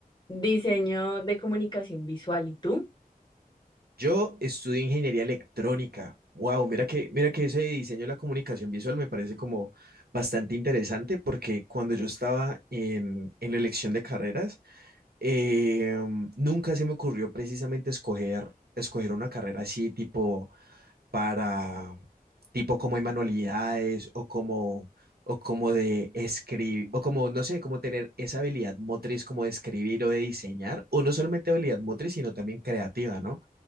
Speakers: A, on the left (about 30°); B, on the right (about 80°).
A: Diseño de comunicación visual, ¿y tú?
B: Yo estudio ingeniería electrónica. Wow, mira que, mira que ese diseño de la comunicación visual me parece como bastante interesante porque cuando yo estaba en, en la elección de carreras, eh, nunca se me ocurrió precisamente escoger, escoger una carrera así tipo para tipo como hay manualidades o como o como de escribir o como no sé, como tener esa habilidad motriz como de escribir o de diseñar o no solamente habilidad motriz, sino también creativa, ¿no?